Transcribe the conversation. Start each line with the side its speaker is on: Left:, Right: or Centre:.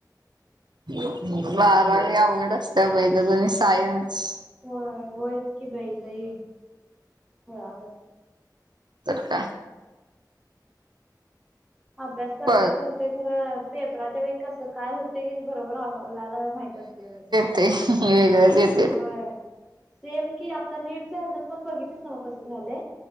Right: बारावी
Centre: काय नव्हच
Right: अवघड असती त्या पहिला द सायन्स
Centre: होय होयच की बाई लई खुळा गत
Right: तर काय?
Centre: अभ्यास करत
Right: प
Centre: करत खरं पेपराच्या वसत काय होते की ते बरोबर लालाला माहित असते ते
Right: तेग
Centre: होय सेम की आता नीटच हजत पण बघितलीच ना म कसं झालं